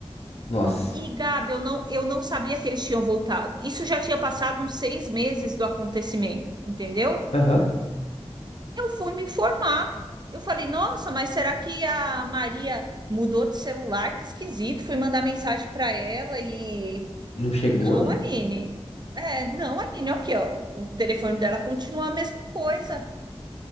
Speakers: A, on the left; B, on the right.
A: Nossa.
B: E, Gabi, eu não, eu não sabia que eles tinham voltado. Isso já tinha passado uns seis meses do acontecimento, entendeu?
A: Aham.
B: Eu fui me informar. Eu falei, nossa, mas será que a Maria mudou de celular? Que esquisito. Fui mandar mensagem para ela e.
A: Não chegou,
B: Não,
A: né?
B: Aline. É, não, Aline, aqui, ó. O telefone dela continua a mesma coisa.